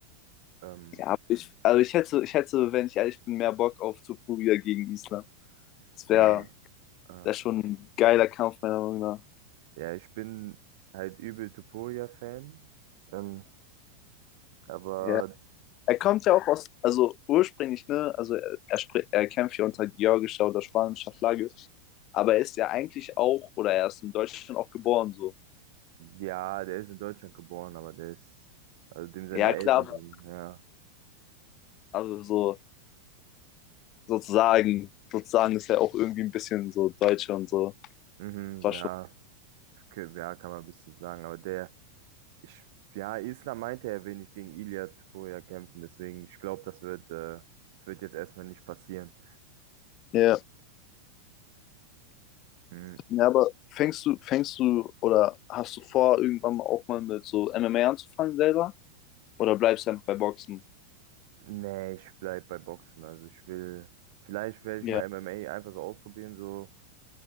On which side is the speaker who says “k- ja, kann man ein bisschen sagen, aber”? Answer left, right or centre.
Right